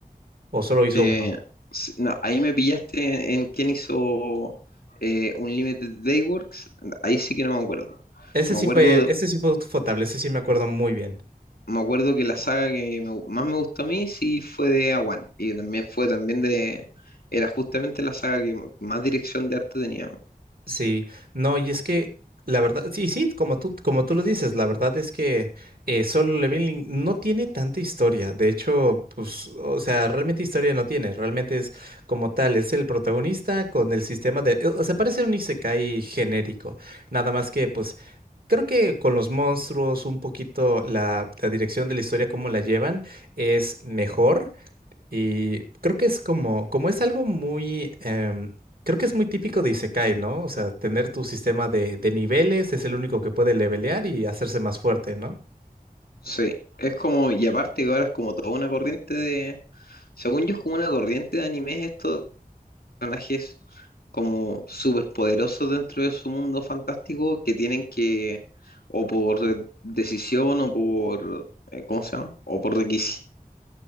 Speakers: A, on the right; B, on the left.
A: o solo hizo
B: Eh,
A: uno.
B: s- no, ahí me pillaste en, en quién hizo eh, Unlimited Dayworks. Ahí sí que no me acuerdo.
A: Ese
B: Me
A: sí
B: acuerdo
A: fue, ese sí fue Ufotable, ese sí me acuerdo muy bien.
B: me acuerdo que la saga que me más me gustó a mí sí fue de A1 y también fue también de, era justamente la saga que más dirección de arte tenía.
A: Sí, no, y es que la verdad, sí, sí, como tú, como tú lo dices, la verdad es que eh, Solo Leveling no tiene tanta historia. De hecho, pues, o sea, realmente historia no tiene. Realmente es como tal, es el protagonista con el sistema de, eh, o sea, parece un isekai genérico. Nada más que, pues, creo que con los monstruos, un poquito la, la dirección de la historia, cómo la llevan, es mejor. Y creo que es como, como es algo muy, em, creo que es muy típico de Isekai, ¿no? O sea, tener tu sistema de, de niveles es el único que puede levelear y hacerse más fuerte, ¿no?
B: Sí, es como, y aparte que ahora es como toda una corriente de, según yo es como una corriente de animes estos personajes como súper poderosos dentro de su mundo fantástico que tienen que, o por decisión o por, eh, ¿cómo se llama? O por requisito